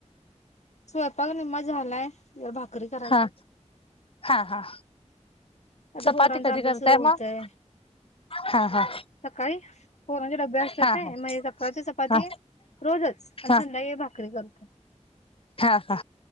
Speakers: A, on the left; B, on the left.
A: स्वयपाक निम्मा झालाय जरा भाकरी करायच.
B: हा हा हा
A: आता
B: चपाती
A: पोरांचा
B: कधी
A: अभ्यास
B: करताय
A: सुरू होतय
B: मग हा हा
A: सकाळी पोरांचे डबे असतात
B: हा
A: नै
B: हा
A: म एक सकाळची चपाती
B: हा
A: रोजच आणि
B: हा
A: संध्याकळी भाकरी करतोय.
B: हा हा